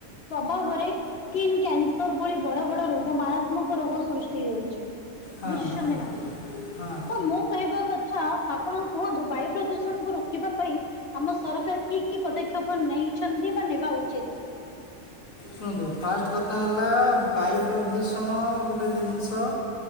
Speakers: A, on the left (about 50°); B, on the left (about 65°).
A: ପ୍ରଭାବରେ ସ୍କିନ୍ କ୍ୟାନସର୍ ଭଳି ବଡ-ବଡ ରୋଗ ମାରାତ୍ମକ ରୋଗ ସୃଷ୍ଟି ହଉଚି।
B: ହଁ
A: ବୁଝୁଚନ୍ତି
B: ହଁ
A: ନା,
B: ହଁ
A: ତ ମୁଁ କହିବା କ ଥା ଆପଣ କୁହନ୍ତୁ ବାୟୁ ପ୍ରଦୂଷଣକୁ ରୋକିବା ପାଇଁ ଆମ ସରକାର କି-କି ପଦକ୍ଷେ ପ ନେଇଛନ୍ତି ବା ନେବା ଉଚିତ୍?
B: ଶୁଣନ୍ତୁ ଫାଷ୍ଟ କଥା ହେଲା ବାୟୁ ପ୍ରଦୂଷଣ ଗୋଟେ ଦିନିଷ